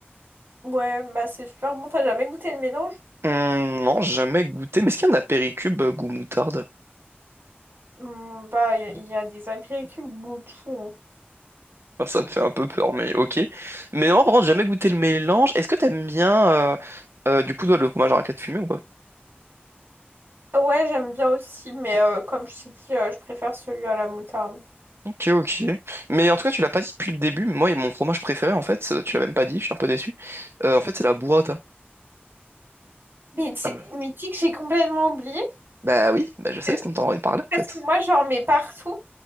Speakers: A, on the right; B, on the right.
A: Ouais, bah, c'est super bon. T'as jamais goûté le mélange?
B: Hum, non, jamais goûté. Mais est-ce qu'il y en a Péricube euh, goût moutarde?
A: Hmm, bah, il y, a il y a des apéritifs de tout.
B: Enfin, ça me fait un peu peur, mais ok. Mais non, par contre, jamais goûté le mélange. Est-ce que t'aimes bien euh, euh, du coup toi, le fromage à raclette fumé ou pas?
A: hein. Ouais, j'aime bien aussi, mais euh, comme je t'ai dit, euh, je préfère celui à la moutarde.
B: Ok, ok. Mais en tout cas, tu l'as pas dit depuis le début. mais Moi, mon fromage préféré, en fait, euh, tu l'as même pas dit, je suis un peu déçu. Euh, en fait, c'est la burrata.
A: Mais tu sais
B: Ah ouais.
A: mais tu sais que j'ai complètement oublié.
B: Bah oui, bah je sais,
A: euh,
B: sinon t'en aurais parlé en
A: Parce
B: fait.
A: que moi, j'en mets partout.